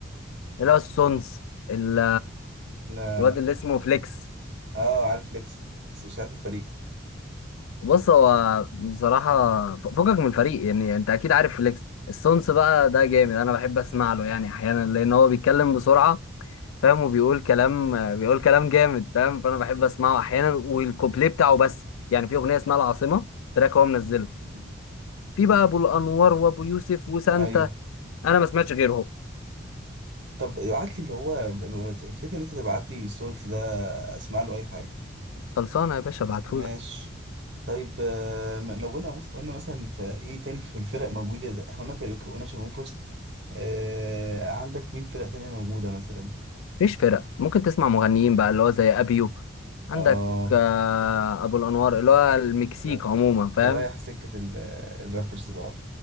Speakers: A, on the left; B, on the right.
A: اللي هو السونز ال-
B: لا
A: الواد
B: لا
A: اللي اسمه فليكس
B: اه عارف فليكس بس مش عارف الفريق
A: بص هو بصراحة ف- فكك من الفريق يعني انت اكيد عارف فليكس السونس بقى ده جامد انا بحب اسمع له يعني احيانا لان هو بيتكلم بسرعة فاهم وبيقول كلام آه، بيقول كلام جامد فاهم فانا بحب اسمعه احيانا والكوبليه بتاعه بس يعني في اغنية اسمها العاصمة تراك هو منزله
B: مم.
A: في بقى ابو الانوار وابو يوسف وسانتا
B: ايوه
A: انا ما سمعتش غيرهم
B: طب ابعت لي اللي هو افتكر ان انت تبعت لي سولت ده اسمع له اي حاجه
A: خلصانه يا باشا ابعتهولك
B: ماشي طيب آه، لو قلنا قلنا مثلا في ايه تاني في الفرق موجوده زي- احنا قلنا كاريوكي وقلنا شارموفرز آه عندك مين فرق تانية موجودة مثلا
A: مفيش فرق ممكن تسمع مغنيين بقى اللي هو زي ابيو عندك
B: اه
A: آه، ابو الانوار اللي هو المكسيك
B: ر-
A: عموما
B: أنت
A: فاهم
B: رايح سكة ال- الرابرز بقى